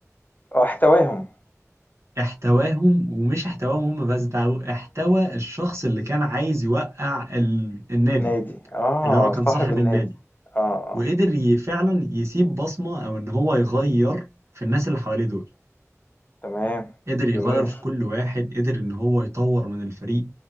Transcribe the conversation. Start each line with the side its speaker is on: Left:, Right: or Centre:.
Left: اه احتواهم
Right: احتواهم ومش احتواهم هم بس ده هو احتوى الشخص اللي كان عايز يوقع ال... النادي
Left: النادي اه
Right: اللي هو كان
Left: صاحب
Right: صاحب
Left: النادي
Right: النادي
Left: اه اه
Right: وقدر ي- فعلا يسيب بصمة او ان هو يغير في الناس اللي حواليه دول
Left: تمام
Right: قدر يغير
Left: جميل
Right: في كل واحد قدر ان هو يطور من الفريق